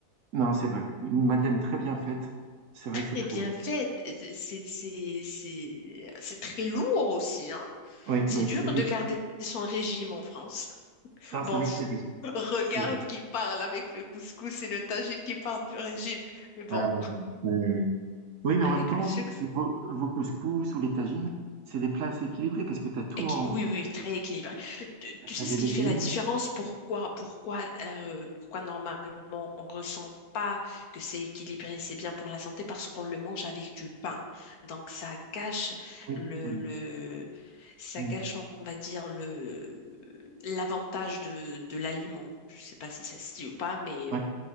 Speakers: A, on the right (about 65°); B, on the left (about 70°).
A: Non, c'est vrai. Une madeleine très bien faite, c'est vrai que c'est
B: Et
A: très
B: bien
A: bon.
B: fait, euh, c'est c'est c'est c'est très lourd aussi hein.
A: Oui,
B: C'est
A: oui,
B: dur
A: c'est riche.
B: de garder son régime en France.
A: Non,
B: Bon,
A: c'est vrai
B: pff,
A: que c'est riche.
B: regarde
A: C'est riche.
B: qui parle avec le couscous et le tagine qui parle du régime. Mais bon,
A: Euh, oui, oui. Oui, mais
B: avec
A: en même temps,
B: le sucre
A: vos, vos couscous ou les tagines, c'est des plats assez équilibrés parce que tu as tout
B: Équi-
A: en...
B: Oui, oui, très équilibré. Tu, tu
A: T'as
B: sais
A: les
B: ce qui
A: légumes.
B: fait la différence? Pourquoi, pourquoi, euh, pourquoi normalement on ressent pas que c'est équilibré, c'est bien pour la santé parce qu'on le mange avec du pain. Donc ça gâche
A: Oui,
B: le,
A: oui,
B: le ça
A: oui.
B: gâche, on va dire le l'avantage de, de l'aliment. Je sais pas si ça se dit ou pas, mais
A: Ouais.